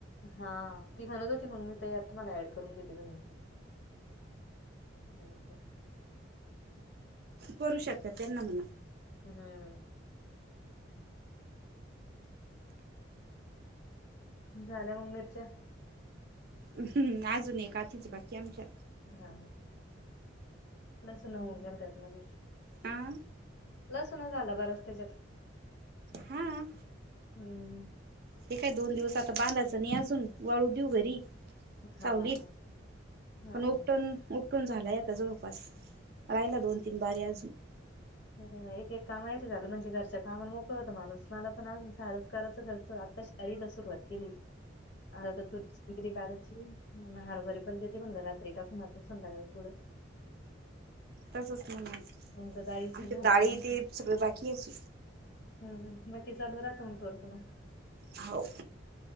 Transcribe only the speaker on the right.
करू शकतात त्यांना म्हण.
हम्म. अजून एक का तीच बाकी आमच्या.
हा
हा
ते काय दोन दिवस आता बांधाचं नाही अजून. वाळू देऊ घरी
सावलीत
पण उटण कुटून झालाय आता जवळपास. राहिला दोन-तीन बारी अजून.
तसच ना म.
आमच्या
दार
ते सगळ बाकी अस.
हाव.